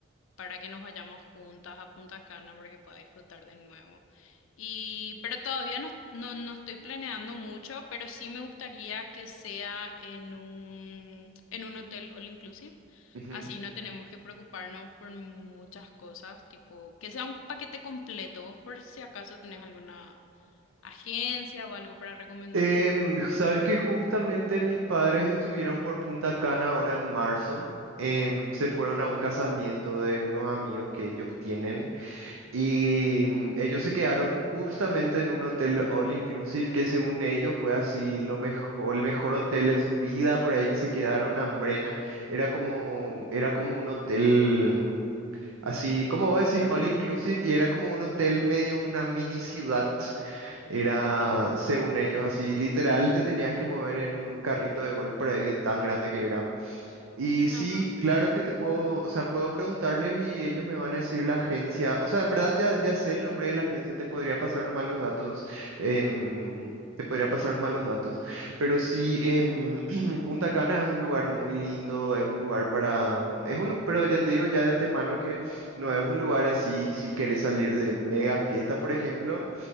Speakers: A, on the left (about 75°); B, on the right (about 85°).
A: para que nos vayamos juntas a Punta Cana para que pueda disfrutar de nuevo. Y, pero todavía no, no, no estoy planeando mucho, pero sí me gustaría que sea en un, en un hotel all inclusive.
B: Ujú.
A: Así no tenemos que preocuparnos por muchas cosas, tipo que sea un paquete completo. Vos por si acaso tenés alguna agencia o algo para recomendar.
B: Em, sabes que justamente mis padres estuvieron por Punta Cana ahora en marzo. Em, se fueron a un casamiento de unos amigos que ellos tienen y mm, ellos se quedaron justamente en un hotel all inclusive que según ellos fue así lo mejor, el mejor hotel en su vida por ahí que se quedaron hambrena. Era como, era como un hotel mm, así, como vos decís, all inclusive y era como un hotel medio una mini ciudad. Era,
A: Ok.
B: según ellos, así literal, te tenías que mover en un carrito de golf por ahí de tan grande que era. Y sí,
A: Ajá.
B: claro que te puedo, o sea, puedo preguntarles y ellos me van a decir la agencia. O sea, en verdad ya, ya sé el nombre de la agencia, te podría pasar nomás los datos. em, te podría pasar nomás los datos. Pero sí, em, <clears throat> Punta Cana es un lugar muy lindo, es un lugar para... mm, Es un, lu- pero ya te digo ya de antemano que no es un lugar así, si quieres salir de mega fiesta, por ejemplo.